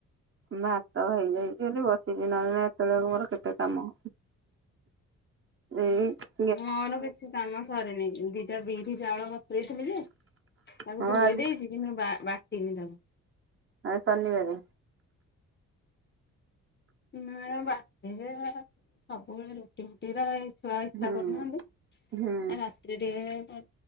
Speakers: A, on the right (about 35°); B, on the left (about 30°).
A: ଭାତ ହେଇଯାଇଛି ବୋଲି ବସିଛି ନହେଲେ ଏତେବେଳକୁ ମୋର କେତେ କାମ ଦେଇ
B: ମୋର କିଛି କାମ ସରିନି ଦିଦି ଏ ବିରି ଚାଉଳ ବତୁରେଇଥିଲି ଯେ ତାକୁ
A: ହଁ
B: ଧୋଇ
A: ଆଜି
B: ଦେଇଛି କିନ୍ତୁ ବା ବାଟିନି ତାକୁ
A: ଆ ଶନିବାରେ
B: ନା ବାଟି କିଏ ଦବ ସବୁବେଳେ ରୁଟି ଫୁଟିରା ଏଇ ଛୁଆ ଇଚ୍ଛା
A: ହୁଁ
B: କରୁନାହାନ୍ତି
A: ହୁଁ
B: ଏ ରାତ୍ରିରେ କଣ